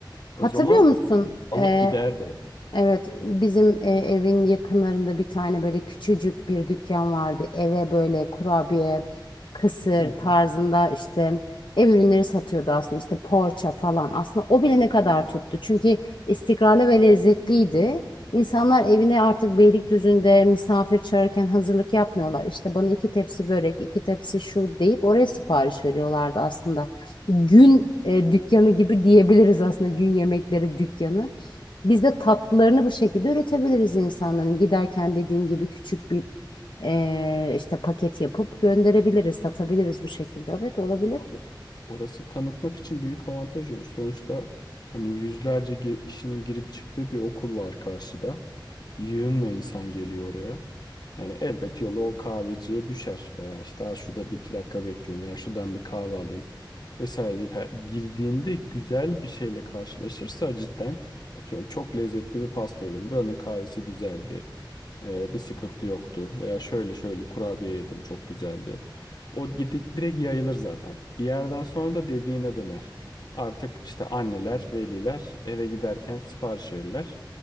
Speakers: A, on the left (about 75°); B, on the left (about 55°).
A: Hatırlıyor
B: O zaman
A: musun?
B: alıp
A: E,
B: gider de
A: Evet, bizim e, evin yakınlarında bir tane böyle küçücük bir dükkan vardı. Eve böyle kurabiye, kısır
B: yani.
A: tarzında işte ev ürünleri satıyordu aslında işte poğaça falan. Aslında o bile ne kadar tuttu. Çünkü istikrarlı ve lezzetliydi. İnsanlar evine artık Beylikdüzü'nde misafir çağırırken hazırlık yapmıyorlar. İşte bana iki tepsi börek, iki tepsi şu deyip oraya sipariş veriyorlardı aslında. Gün e, dükkanı gibi diyebiliriz aslında gün yemekleri dükkanı. Biz de tatlılarını bu şekilde üretebiliriz insanların. Giderken dediğin gibi küçük bir eee, işte paket yapıp gönderebiliriz, satabiliriz bu şekilde. Evet olabilir.
B: Ya o- Orası tanıtmak için büyük avantaj olur. Sonuçta hani yüzlerce gi- kişinin girip çıktığı bir okul var karşıda. Yığınla insan geliyor oraya. Yani elbet yolu o kahveciye düşer veya işte "Aa, şurada bir iki dakika bekleyeyim veya şuradan bir kahve alayım vesaire deyip he- girdiğinde güzel bir şeyle karşılaşırsa cidden atıyorum çok lezzetli bir pasta yedim. Buranın kahvesi güzeldi. Ee, bir sıkıntı yoktu veya şöyle şöyle kurabiye yedim çok güzeldi. O gidip direkt yayılır zaten. Bir yerden sonra da dediğine döner. Artık işte anneler, veliler eve giderken sipariş verirler.